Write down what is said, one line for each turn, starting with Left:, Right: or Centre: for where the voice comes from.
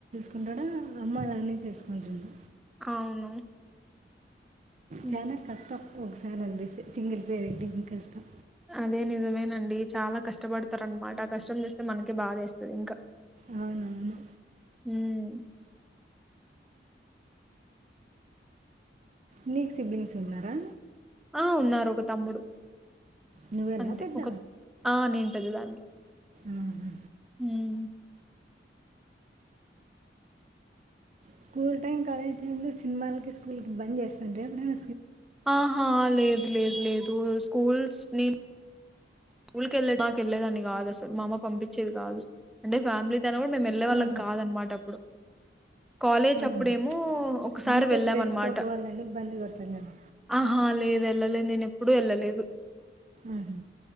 Right: కుంటడా అమ్మ అలనే చేసుకుంటుంది
Centre: అవును హ్మ్
Right: చాలా కష్టం ఒకసారి అనిపిస్తే సింగిల్ పేరెంటింగ్ కష్టం
Centre: అదే నిజమేనండి చాలా కష్టపడతారనమాట కష్టం చూస్తే మనకే బాదేస్తది ఇంకా
Right: అవునవును
Centre: హ్మ్
Right: నీక్ సిప్లింగ్స్ ఉన్నారా
Centre: ఆ ఉన్నారు ఒక తమ్ముడు
Right: నువ్వేనా
Centre: అంతే
Right: పెద్ద
Centre: ఒక ఆ నిన్ పెద్ద దాన్ని
Right: ఆహా.
Centre: మ్
Right: స్కూల్ టైమ్ కాలేజ్ టైమ్ లో సినిమాలకి స్కూల్ కి బంద్ చేస్తారన్న ఎప్పుడన్నా
Centre: ఆహా లేదు లేదు లేదు స్కూల్స్ ని స్కూల్ కెళ్లేదాక ఏళ్ళేదాన్ని కాదు అసల్ మా అమ్మ పంపించేది కాదు అంటే ఫ్యామిలీ తె అన్న కూడా మేము వెళ్ళేవాళ్ళం
Right: ఆహా.
Centre: కాదన్నమాట అప్పుడు కాలేజ్
Right: ఆహా.
Centre: అప్పుడేమో ఒకసారి
Right: అంటే
Centre: వెళ్ళాం
Right: ఫ్రెండ్స్తో
Centre: అన్నమాట
Right: పోవాలని బంద్ కొడతాం కదా
Centre: ఆహా లేదు వెళ్ళలేదు నేను ఎప్పుడు వెళ్ళలేదు
Right: ఆహా.